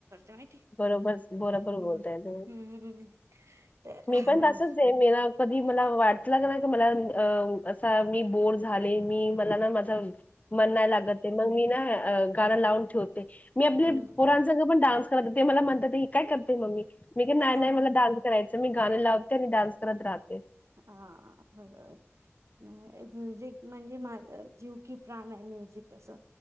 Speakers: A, on the right; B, on the left.
A: माहिती
B: बरोबर बरोबर
A: हम्म
B: बोलताय तुम्ही
A: हम्म ते
B: मी
A: हा
B: पण तसंच <unintelligible> कधी मला वाट <unintelligible> की मला अम्म असा मी बोर झाले की मला ना माझं मन नाही लागत आहे, मग मी ना अ गाणं लावून ठेव ते. मी आपली
A: हम्म
B: पोरांचं क डान्स करते ते मला म्हणतात ही काय करते मम्मी? मी क नाही
A: हा
B: नाही मला डान्स कराय च मी गाणं लावते आणि डान्स करत राहते.
A: हां बरोबर <unintelligible> म्युझिक म्हणजे माझं जीव की प्राण आहे. म्युझिक असं